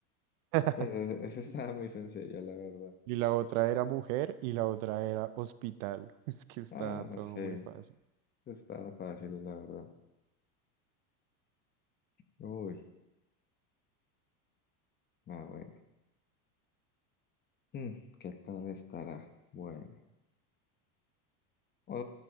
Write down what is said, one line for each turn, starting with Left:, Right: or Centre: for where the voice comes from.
Right: <laughs>
Left: Eh, Esa estaba muy sencilla, la verdad.
Right: Y la otra era mujer y la otra era hospital. <laughs> Es que está
Left: Ah,
Right: todo
Left: no sé,
Right: muy fácil.
Left: Esa estaba fácil, la verdad. Uy, ah, bueno. Mm, ¿Qué tal estará? Bueno. O,